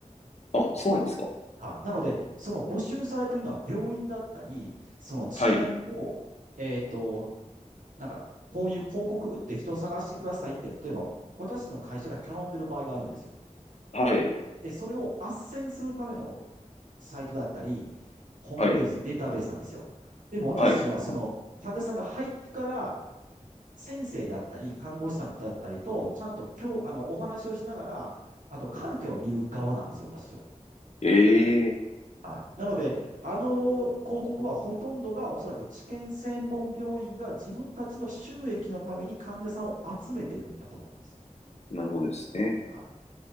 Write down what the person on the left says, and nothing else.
あ。あ、そうなんですか。
はい。
はい。
はい。
はい。な
ええ、
なるほどですね。